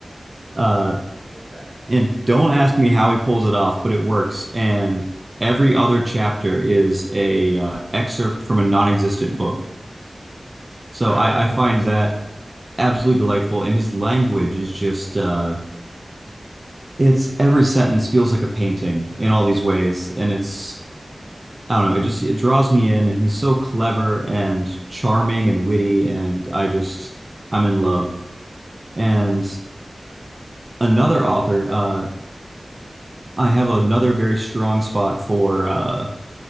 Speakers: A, on the right (about 35°); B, on the right (about 80°).
A: Uh,
B: Okay.
A: and don't ask me how he pulls it off, but it works. And every other chapter is a uh, excerpt from a non-existent book.
B: <laughs>
A: So
B: That's
A: I, I find that
B: cool.
A: absolutely delightful, and his language is just uh, it's every sentence feels like a painting in all these ways and it's I don't know, it just it draws me in and he's so clever and charming and witty and I just I'm in love. And another author, uh I have another very strong spot for uh